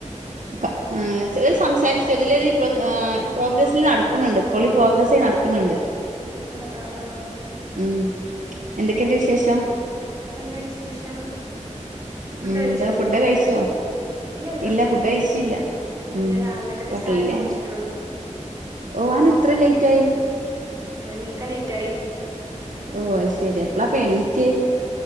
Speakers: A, on the right; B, on the right.
A: ക ആ ഏ സ്‌ സംസാരിച്ചൊ തിലൊരു പ്രൊ ഏ പ്രോഗ്രസ്സിൽ നടക്കുന്നുണ്ട് കോളി പ്രോഗ്രസി നടക്ക്ണണ്ട് <inaudible>
B: ആ ആ ആഹ് ഓക്കെ
A: ഉം എന്തൊക്കെണ്ട് വിശേഷം?
B: നല്ല വിശേഷം. ഫുഡ്
A: ഉംന്താ
B: കഴിച്ചോ
A: ഫുഡ്ഡ് കഴിച്ചോ?
B: ഇല്ലല്ല
A: ഇല്ല ഫുഡ്ഡഴിച്ചില്ല. ഉം
B: ഞാൻ രാവിലക്കത്തെ
A: പ്പ
B: ചായ
A: ഫ്രീയായ്
B: ഇപ്പ കുടിച്ചിട്ടുള്ളൂ
A: ഓഹ് അഎന്താ ഇത്രേം ലേറ്റായി?
B: ഏഹ് ണീക്കാൻ ലേറ്റായി.
A: ഓഹ് അയ്ശെരി എപ്പളാപെണീറ്റേ?